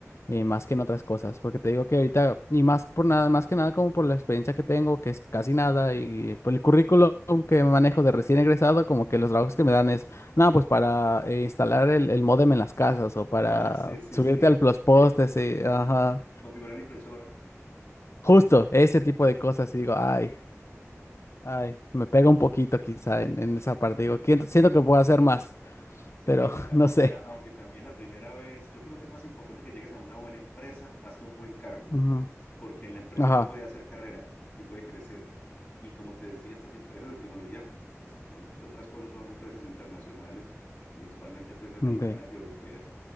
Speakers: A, on the left; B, on the left.
A: eh, más que en otras cosas, porque te digo que ahorita, y más por nada, más que nada como por la experiencia que tengo, que es casi nada, y por el currículum que manejo de recién egresado, como que los trabajos que me dan es, no, pues para eh, instalar el, el módem en las casas o para
B: Ah, sí, sí,
A: subirte
B: sí.
A: al los postes,
B: <laughs>
A: sí, ajá.
B: Configurar la impresora.
A: Justo, ese
B: <laughs>
A: tipo de cosas, y digo, ay. Ay, me pega un poquito quizá en, en esa parte. Digo, "Quiento- siento que puedo hacer más,
B: Sí,
A: pero
B: aunque,
A: <laughs>
B: ta-
A: no
B: aunque,
A: sé.
B: ta- aunque también la primera vez, yo creo que es más importante que llegues a una buena empresa más que a un buen cargo.
A: Ujú.
B: porque en la empresa
A: Ajá,
B: uno puede hacer carrera y puede crecer. Y como te decía, estas empresas de tecnología, pues, entre otras cosas, son empresas internacionales, principalmente pues americanas
A: ok,
B: y europeas